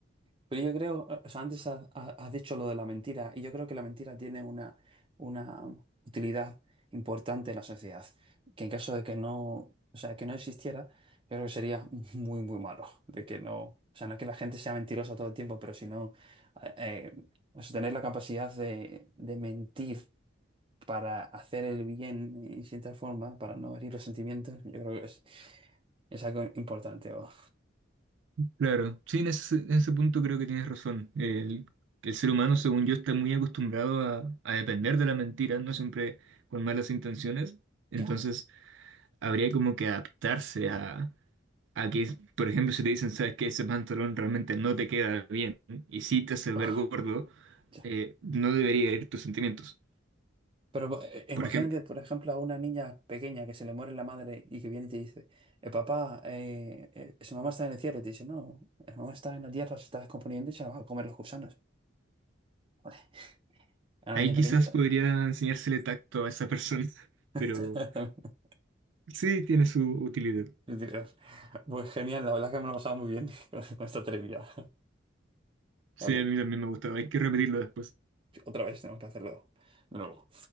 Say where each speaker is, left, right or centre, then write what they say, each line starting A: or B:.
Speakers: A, on the right (about 25°); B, on the right (about 70°).
A: Pero yo creo, o sea, antes has, has- has dicho lo de la mentira, y yo creo que la mentira tiene una, una utilidad importante en la sociedad, que en caso de que no, o sea, que no existiera, yo creo que sería <laughs> muy, muy malo, de que no, o sea, no que la gente sea mentirosa todo el tiempo, pero sino, eh, eh, o sea, tener la capacidad de, de mentir para hacer el bien en cierta forma, para no herir los sentimientos, yo creo que es, es algo importante. o-
B: Claro, sí, en ese, en ese punto creo que tienes razón. El, el ser humano, según yo, está muy acostumbrado a, a depender de la mentira, no siempre con malas intenciones. Entonces,
A: ya,
B: habría como que adaptarse a, a que, por ejemplo, si te dicen, sabes que ese pantalón realmente no te queda bien y si te hace ver
A: <laughs>
B: gordo,
A: ya.
B: eh, no debería ir tus sentimientos,
A: Pero eh, eh,
B: por
A: imagínate,
B: ejemplo.
A: por ejemplo, a una niña pequeña que se le muere la madre y que viene y te dice, eh, papá, eh, eh, su mamá está en el cielo. Y te dice, no, su mamá está en la tierra, se está descomponiendo y se la van a comer los gusanos. Joder, a una
B: Ahí
A: niña
B: quizás
A: pequeñita.
B: podría enseñársele tacto a esa persona, <laughs>
A: <laughs>
B: pero sí tiene su utilidad.
A: Yo diría, Pues genial, la verdad es que me lo he pasado muy bien <laughs> con, con esta trivia,
B: Sí,
A: Gabriel.
B: a mí también me ha gustado, hay que repetirlo después.
A: Otra vez tenemos que hacerlo de nuevo.